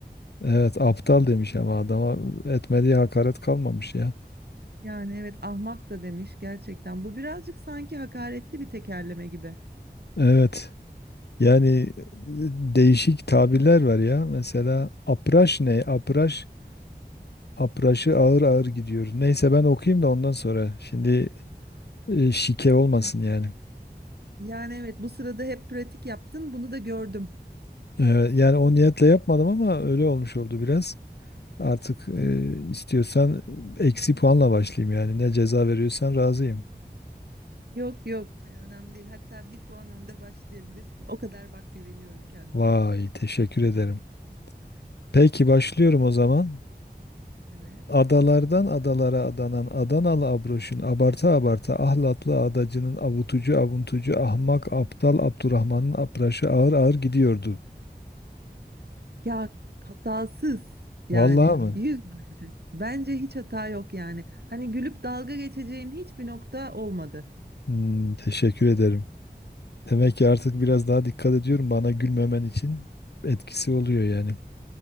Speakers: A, on the left; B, on the right.
A: evet, aptal demiş ama adama etmediği hakaret kalmamış ya.
B: Yani evet ahmak da demiş gerçekten. Bu birazcık sanki hakaretli bir tekerleme gibi.
A: Evet, yani e, değişik tabirler var ya. Mesela apraş ne? Apraş, apraşı ağır ağır gidiyor. Neyse ben okuyayım da ondan sonra. Şimdi e, şike olmasın
B: Evet.
A: yani.
B: Yani evet bu sırada hep pratik yaptın bunu da gördüm.
A: Ee, yani o niyetle yapmadım ama öyle olmuş oldu biraz. Artık e, istiyorsan eksi puanla başlayayım yani. Ne ceza veriyorsan razıyım.
B: Yok yok önemli değil. Hatta bir puan önde başlayabilirsin. O kadar bak güveniyorum kendime.
A: Vay, teşekkür ederim. Peki başlıyorum o zaman.
B: Evet.
A: Adalardan adalara adanan Adanalı Abroş'un abarta abarta ahlatlı adacının avutucu avuntucu ahmak aptal Abdurrahman'ın apraşı ağır ağır gidiyordu.
B: Ya hatasız yani
A: Vallahi Hmm. mı?
B: yüz bence. Bence hiç hata yok yani. Hani gülüp dalga geçeceğim hiçbir nokta olmadı.
A: Hmm, teşekkür ederim. Demek ki artık biraz daha dikkat ediyorum bana gülmemen için etkisi oluyor yani.